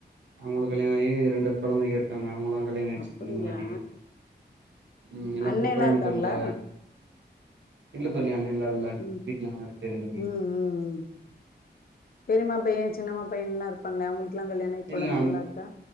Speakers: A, on the right (about 80°); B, on the left (about 55°).
A: அவங்களுக்கு கல்யாணோ ஆகி ரெண்டு கொழந்தைக இருக்காங்க அவங்களு கல்யாணோ ஆய்ட்ச்
B: அப்டிங்களா
A: தோழி முன்னாடியே ம் எனக்கு
B: அண்ணேல்லா
A: கோய்ம்த்தூர்ல
B: இருக்காங்களா
A: இல்ல தோழி அண்ணல்லா இல்ல
B: ம்
A: வீட்டுல நாங்க ரெண்டே ரெண்டு பேரு
B: ம் பெரிமா பையே சின்னமா பையன்ல்லா இருப்பாங்க அவங்களுகெல்லா கல்யாணோ ஆயி கொழந்தைங்கல்லா
A: இல்ல அந்த
B: இருக்கா